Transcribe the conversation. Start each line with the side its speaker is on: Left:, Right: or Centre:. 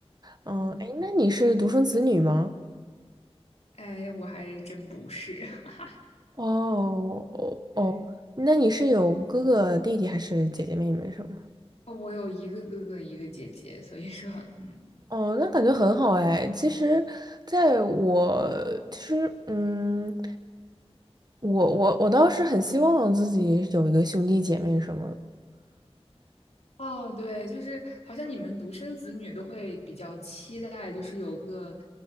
Right: 嗯，
Left: 嗯，
Right: 哎，那你是独生子女吗？
Left: 哎，我还真不是。<laughs>
Right: 哦哦哦，
Left: 对，
Right: 那你是有哥哥弟弟还是姐姐妹妹什么？
Left: 哦我有一个哥哥，一个姐姐，所以说，嗯。
Right: 哦，那感觉很好哎。其实，在我其实，嗯，我我我倒是很希望自己有一个兄弟姐妹什么的，
Left: 哦，对，就是好像你们独生子女都会比较期待，就是有个